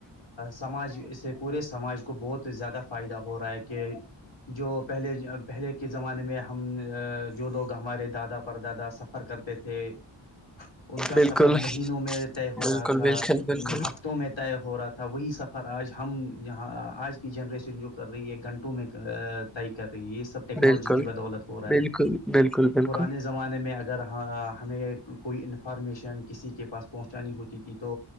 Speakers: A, on the left; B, in the centre.
A: سماج اس سے پورے سماج اس کو بہت زیادہ فائدہ ہو رہا ہے کہ جو پہلے پہلے کے زمانے میں ہم جو لوگ ہمارے دادا پرد زیادہ سفر کرتے تھ تھے ان کا
B: بالکل
A: سفر
B: بالکل
A: مہینوں میں طے ہو
B: بالکل
A: رہا تھا
B: بالکل بالکل
A: ہفتوں میں طے ہو رہا تھا وہی سفر آج ہم یہاں آج کی جنریشن جو کر رہی ہے گھنٹوں میں کر رہی ہے یہ سب ٹیکنالوجی
B: بالکل
A: کی بدولت ہو رہا
B: بالکل
A: ہے
B: بالکل
A: پرانے زمانے میں اگر ہمیں کوئی انفارمیشن کسی کے پاس پہنچانی ہوتی تھی تو